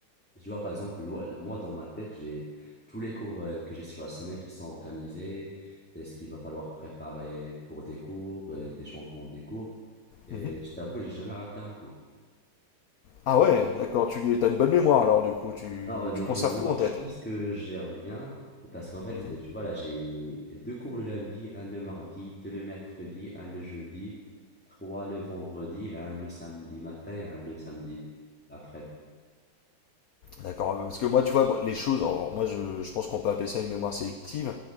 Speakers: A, in the centre; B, on the left.
A: Tu vois, par exemple, lo- moi, dans ma tête, j'ai tous les cours euh, que j'ai sur la semaine qui sont organisés, et ce qu'il va falloir préparer pour des cours, et des changements des cours. Et
B: mhm.
A: je t'avoue, j'ai jamais raté un cours.
B: Ah ouais, d'accord, tu as une bonne mémoire alors du coup, tu,
A: Non, au niveau
B: tu conserves
A: mémoire,
B: tout en tête.
A: je pense que je gère bien, parce qu'en fait,
B: Mhm.
A: euh, tu vois, là, j'ai deux cours le lundi, un le mardi, deux le mercredi, un le jeudi, trois le vendredi, un le samedi matin et un le samedi après.
B: D'accord, parce que moi, tu vois, bon, les choses, alors, moi, je, je pense qu'on peut appeler ça une mémoire sélective.